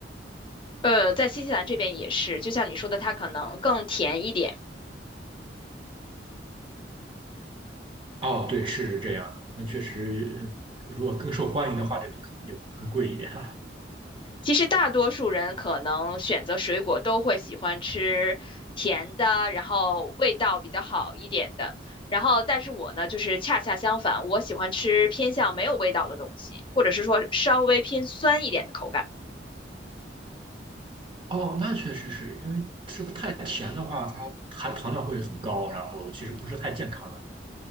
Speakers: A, on the left (about 30°); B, on the right (about 30°).
A: 呃，在新西兰这边也是，就像你说的，它可能更甜一点。
B: 哦，对，是这样的。那确实，嗯如果更受欢迎的话，这个可能就更贵一点。<laughs>
A: 其实大多数人可能选择水果都会喜欢吃甜的，然后味道比较好一点的。然后，但是我呢，就是恰恰相反，我喜欢吃偏向没有味道的东西，或者是说稍微偏酸一点的口感。
B: 哦，那确实是因为是不是太甜的话，它含糖量会很高，然后其实不是太健康的。